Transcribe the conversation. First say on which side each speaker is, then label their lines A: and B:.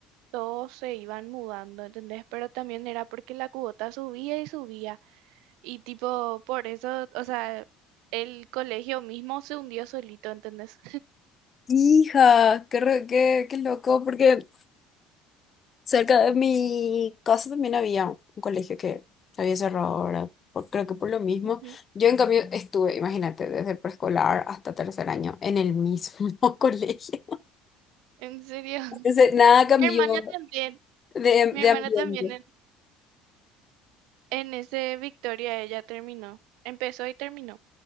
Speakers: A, on the right; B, on the left.
A: todos se iban mudando, ¿entendés? Pero también era porque la cuota subía y subía. Y tipo, por eso, o sea, el colegio mismo se hundió solito, ¿entendés?
B: Hija, qué, re- qué, qué loco, porque cerca de mi casa también había un colegio que había cerrado ahora, por- creo que por lo mismo.
A: Ujú.
B: Yo en cambio estuve, imagínate, desde preescolar hasta tercer año en el mismo <laughs> colegio.
A: En serio. <laughs>
B: Entonces, nada cambió
A: Mi hermana también,
B: de,
A: mi
B: de
A: hermana
B: ambiente.
A: también en, en ese Victoria ella terminó. Empezó y terminó.